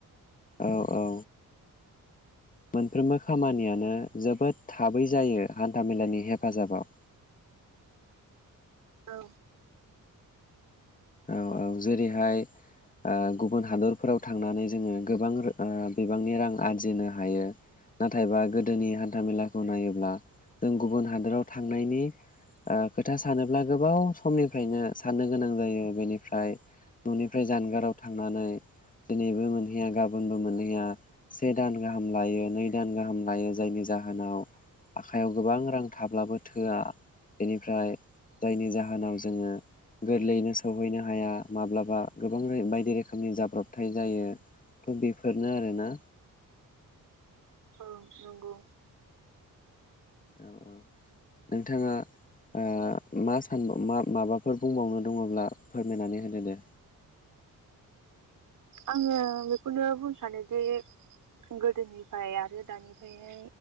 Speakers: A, on the left (about 25°); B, on the right (about 70°).
A: औ औ। मोनफ्रोमबो खामानियानो जोबोद थाबै जायो हान्थामेलानि हेफाजाबाव।
B: औ।
A: औ औ जेरैहाय ओ गुबुन हादरफोराव थांनानै जोङो गोबां ओ बिबांनि रां आरजिनो हायो नाथायबा गोदोनि हान्थामेलाखौ नायोब्ला जों गुबुन हादराव थांनायनि ओ खोथा सानोब्ला गोबाव समनिफ्रायनो साननो गोनां जायो। बेनिफ्राय न'निफ्राय जानगाराव थांनानै दिनैबो मोनहैया गाबोनबो मोनहैया से दान गाहाम लायो नै दान गाहाम लायो जायनि जाहोनाव आखाइयाव गोबां रां थाब्लाबो थोआ बेनिफ्राय जायनि जाहोनाव जोङो गोरलैनो सान सौहैनो हाया माब्लाबा गोबां बायदि रोखोमनि जाब्रबथाय जायो थ' बेफोरनो आरोना।
B: औ नंगौ।
A: औ औ नोंथाङा ओ मा सानब मा-माबाफोर बुंबावनो दङब्ला फोरमायनानै होदो दे।
B: आङो बेखौनो बुंनो सानोदि गोदोनिफ्राय आरो दानिफ्रायहाय